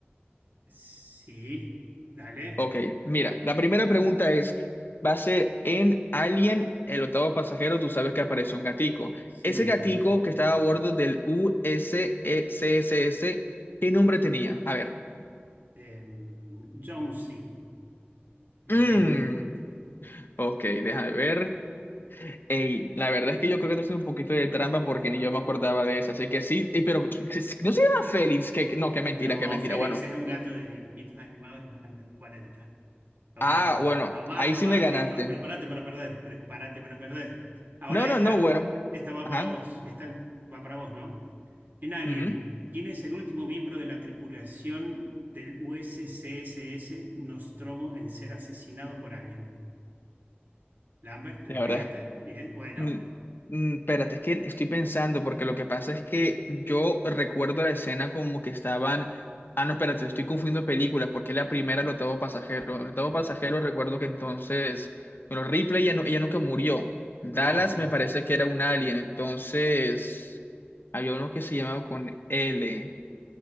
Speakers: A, on the right; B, on the left.
A: Sí, dale.
B: Ok, mira, la primera pregunta es, va a ser en Alien, el octavo pasajero, tú sabes que apareció un gatico.
A: Sí.
B: Ese gatico que estaba a bordo del USECSS, ¿qué nombre tenía? A ver.
A: Em, Jonesy, la
B: Mm,
A: B.
B: ok, déjame ver. Ey, la verdad es que yo creo que te haces un poquito de trampa porque ni yo me acordaba de eso. Así que sí, ey, pero si- si- no se llama Félix, que que- no, qué mentira,
A: No,
B: qué mentira.
A: Félix
B: Bueno,
A: es un gato de dibujitos animados de los años 40. Tomá,
B: ah, bueno,
A: tomá,
B: ahí
A: tomá,
B: sí me
A: listo.
B: ganaste.
A: Prepárate para perder, prepárate para perder. Ahora
B: No, no,
A: esta,
B: no, bueno.
A: esta va
B: Ajá.
A: para vos. Esta va para vos, ¿no? En Alien,
B: ujú,
A: ¿quién es el último miembro de la tripulación del USCSS Nostromo en ser asesinado por Alien? ¿Lambert, le
B: La
A: pegaste?
B: verdad.
A: Bien, bueno.
B: Mm, mm, Espérate, es que estoy pensando, porque lo que pasa es que yo recuerdo la escena como que estaban. Ah, no, espérate, estoy confundiendo películas, porque la primera el octavo pasajero. El octavo pasajero recuerdo que entonces. Bueno, Ripley ella, no, ella nunca murió. Dallas
A: No.
B: me parece que era un alien, entonces. Había uno que se llamaba con L.